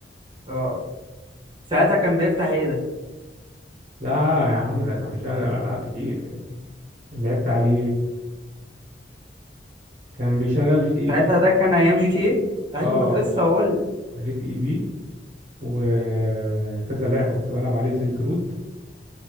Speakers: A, on the right (about 30°); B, on the right (about 45°).
A: اه ساعتها كان بيفتح ايه ده
B: ده يا عم ده كان بيشغل العاب كتير يعني لعبت عليه كان بيشغل جي تي اي
A: ساعتها
B: في
A: ده كان ايام جي تي ايه ايوه
B: اه
A: كنت لسه هقول لك.
B: جي تي اي في وكذا لعبه كنت بلعب عليه سيلك رود